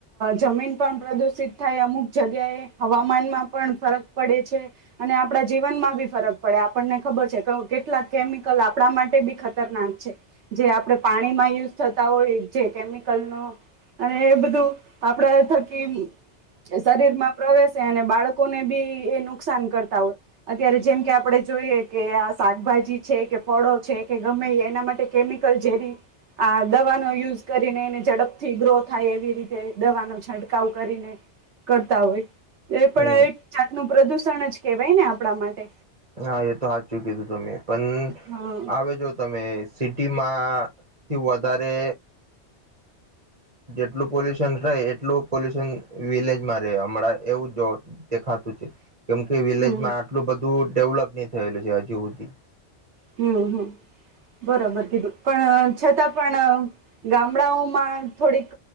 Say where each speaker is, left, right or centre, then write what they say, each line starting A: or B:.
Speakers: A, on the right; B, on the right.
A: જમીન પણ પ્રદુષિત થાય અમુક જગ્યાએ હવામાનમાં પણ ફરક પડે છે. અને આપણા જીવનમાં બી ફરક પડે આપણને ખબર છે કે કેટલાક કેમિકલ આપણા માટે બી ખતરનાક છે. જે આપણે પાણીમાં યુઝ થતા હોય જે કેમિકલ ન અને એ બધું આપણા થકી શરીરમાં પ્રવેશે અને બાળકોને બી એ નુકસાન કરતા હોય અત્યારે જેમ કે આપણે જોઈએ કે શાકભાજી છે કે ફળો છે કે ગમે એના માટે કેમિકલ જેરી આ દવાનો યુઝ કરીને એને ઝડપથી ગ્રો થાય એવી રીતે દવાનો છંટકાવ કરીને કરતા હોય. એ પણ
B: હમ
A: એક જાતનું પ્રદુષણ જ કેવાય ને આપણા માટે.
B: હા એ તો હા ચુ કીધું તમે પણ
A: હા
B: આવેજો તમે સિટીમાં થી વધારે જેટલું પોલ્યુશન રહે એટલું પોલ્યુશન વિલેજમાં રહે હમણાં એવું જો દેખાતું. કેમ કે વિલેજ
A: હમ
B: માં આટલું બધું ડેવલપ થયેલું છે અજુ હુધી.
A: હમમ બરોબર કીધું પણ છતાં પણ ગામડાઓમાં થોડીક